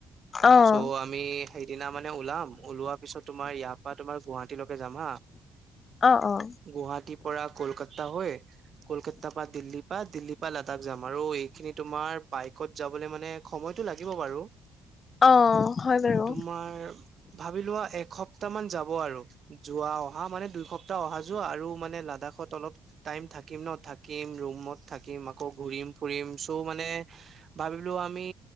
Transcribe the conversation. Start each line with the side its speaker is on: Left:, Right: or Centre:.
Left: অ',
Right: চ' আমি সেইদিনা মানে মে ওলাম ওলোৱা পিছত তোমাৰ ইয়াৰ পৰা তোমাৰ গুৱাহাটীলৈকে যাম হা।
Left: অ', অ',
Right: গুৱাহাটী পৰা কলকাতা হৈ। কলকাতাৰ পৰা দিল্লীৰ প পৰা দিল্লীৰ পৰা লাডাখ যাম আৰু এইখিনি তোমাৰ বাইকত যাবলৈ মানে সময়টো লাগিব বাৰু
Left: অ', হয় বাৰু
Right: তোমাৰ ভাবি লোৱা এসপ্তাহ মান যাব আৰু। যোৱা অহা মানে দুই সপ্তাহ অহা যোৱা আৰু মানে লাডাখত অলপ টাইম থাকিম ন থাকিম ৰুমত থাকিম আকৌ ঘুৰিম ফুৰিম চৌ মানে ভাবিলো আমি